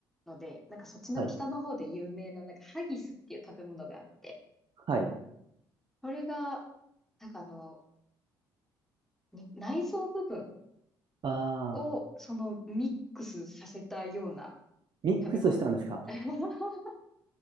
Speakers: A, in the centre; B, on the right (about 40°).
A: ので、なんかそっちの北の方で有名な、
B: はい、
A: なんかハギスっていう食べ物があって、
B: はい。
A: それが、なんかあの、に内臓部分
B: ああ、
A: をそのミックスさせたような
B: ミックスしたんですか
A: 食べ物。<laughs>